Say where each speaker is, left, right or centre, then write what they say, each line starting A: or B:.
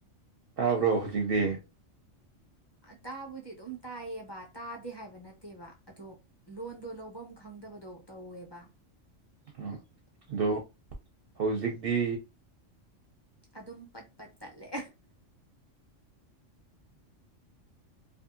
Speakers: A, on the right (about 60°); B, on the left (about 30°).
A: ꯇꯥꯕ꯭ꯔꯣ ꯍꯧꯖꯤꯛꯇꯤ
B: ꯇꯥꯕꯨꯗꯤ ꯑꯗꯨꯝ ꯇꯥꯏꯌꯦꯕ ꯇꯥꯗꯦ ꯍꯥꯏꯕ ꯅꯠꯇꯦ ꯅꯠꯇꯦꯕ ꯑꯗꯣ ꯂꯣꯟꯗꯣ ꯂꯐꯝ ꯈꯪꯗꯕꯗꯣ ꯇꯧꯋꯦꯕ
A: ꯎ ꯑꯗꯣ ꯍꯧꯖꯤꯛꯇꯤ
B: ꯑꯗꯨꯝ ꯄꯠ ꯄꯠ ꯇꯠꯂꯦ